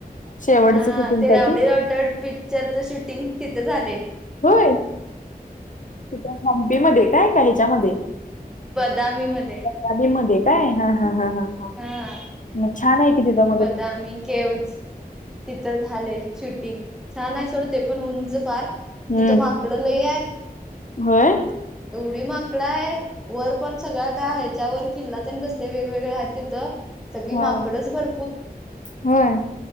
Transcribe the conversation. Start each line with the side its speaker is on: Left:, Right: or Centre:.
Left: शेवटचं
Centre: हा
Left: किती
Centre: ते
Left: काय
Centre: रावडी राठोड पिक्चरचं शूटिंग तिथं झालय.
Left: होय,, तीथं हम्पी मध्ये काय, का ह्याच्यामध्ये?
Centre: बदामीमधे.
Left: दामीमध्ये काय, हा हा हा हा.
Centre: हा.
Left: मग छान हाय की तीथं
Centre: बदामी केवच तिथं झालय शूटिंग, छानाय सोडते पण उंच फार
Left: हम्म
Centre: तिथं माकडं लयात.
Left: होय
Centre: एवढी माकडं आयत, वर पण सगळं आता ह्याच्यावर कील्ला तन कसली वेगवेगळी हायत तिथं, सगळी
Left: हा
Centre: माकडंच भर
Left: होय.